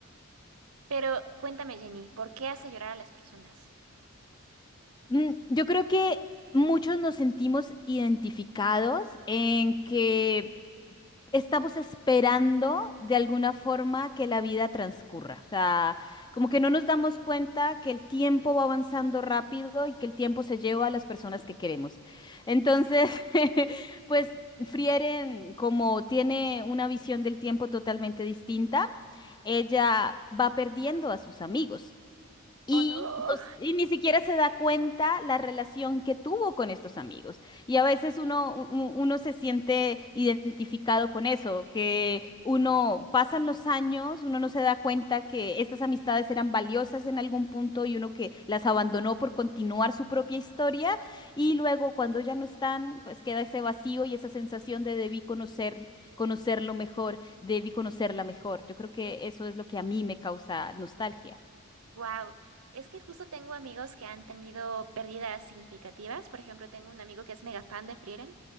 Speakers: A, on the right; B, on the left.
A: pero cuéntame, Jenny, ¿por qué hace llorar a las personas?
B: Mm, Yo creo que muchos nos sentimos identificados en que estamos esperando de alguna forma que la vida transcurra. O sea, como que no nos damos cuenta que el tiempo va avanzando rápido y que el tiempo se lleva a las personas que queremos. Entonces, <laughs> pues Frieren, como tiene una visión del tiempo totalmente distinta, ella va perdiendo a sus amigos. Y,
A: ¡Oh, no!
B: pues, y ni siquiera se da cuenta la relación que tuvo con estos amigos. Y a veces uno, u- u- uno se siente identificado con eso, que uno pasan los años, uno no se da cuenta que estas amistades eran valiosas en algún punto y uno que las abandonó por continuar su propia historia. Y luego cuando ya no están, pues queda ese vacío y esa sensación de debí conocer, conocerlo mejor, debí conocerla mejor. Yo creo que eso es lo que a mí me causa nostalgia.
A: ¡Wow! Es que justo tengo amigos que han tenido pérdidas significativas. Por ejemplo, tengo un amigo que es mega fan de Frieren.